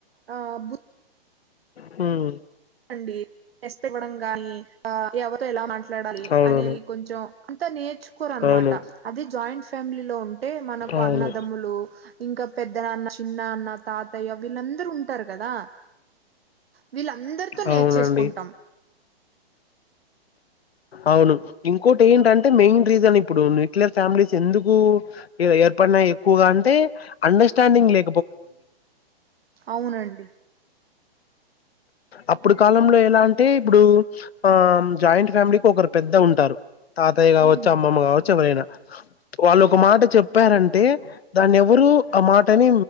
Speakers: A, on the right; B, on the left.
A: ఆ బు
B: మ్మ్
A: అండి బస్ట్ ఇవ్వడం గాని ఎవరితో ఎలా మాట్లాడాలి
B: అవునవును
A: అనేది కొంచెం అంతా నేర్చుకోరనమాట
B: అవును
A: అదే జాయింట్ ఫ్యామిలీ లో ఉంటే మనకు
B: అవును
A: అన్నదమ్ములు ఇంకా పెద్ద నాన్న చిన్నాన్న తాతయ్య వీళ్ళందరూ ఉంటారు కదా వీళ్ళందరితో నేర్చేసుకుంటాం
B: అవునండి. అవును ఇంకోటి ఏంటంటే మెయిన్ రీజన్ ఇప్పుడు న్యూక్లియర్ ఫ్యామిలీస్ ఎందుకు పన్న ఎక్కువగా అంటే అండర్స్టాండింగ్ లే
A: అవునండి
B: అప్పుడు కాలంలో ఎలా అంటే ఇప్పుడు ఆ జాయింట్ ఫ్యామిలీకి ఒకరు పెద్ద ఉంటారు తాతయ్య కావచ్చు
A: ఉమ్
B: అమ్మమ్మ కావచ్చు ఎవరైనా వాళ్ళు ఒక మాట చెప్ చెప్పారంటే దాన్ని ఎవరు ఆ మాటని